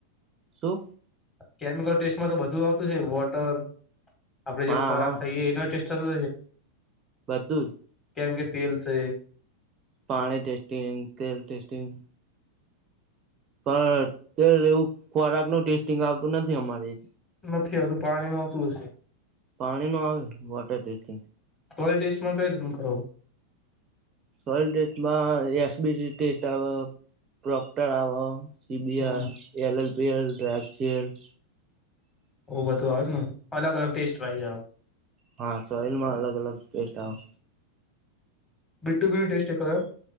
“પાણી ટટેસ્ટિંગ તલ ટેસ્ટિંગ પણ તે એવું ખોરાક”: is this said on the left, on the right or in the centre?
Right